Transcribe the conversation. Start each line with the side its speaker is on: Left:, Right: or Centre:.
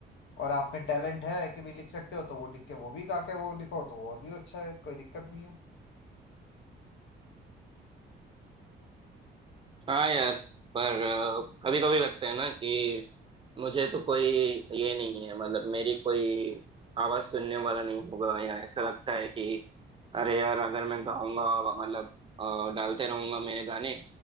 Left: और आप में टैलेंट है कि भी लिख सकते हो तो वो लिख के वो भी गा के वो लिखो तो और भी अच्छा है कोई दिक्कत नहीं है
Right: हाँ यार पर कभी कभी लगता है ना कि मुझे तो कोई ये नहीं है मतलब मेरी कोई आवाज सुनने वाला नहीं होगा या ऐसा लगता है कि अरे यार अगर मैं गाऊंगा मतलब अ, डालते रहूंगा मेरे गाने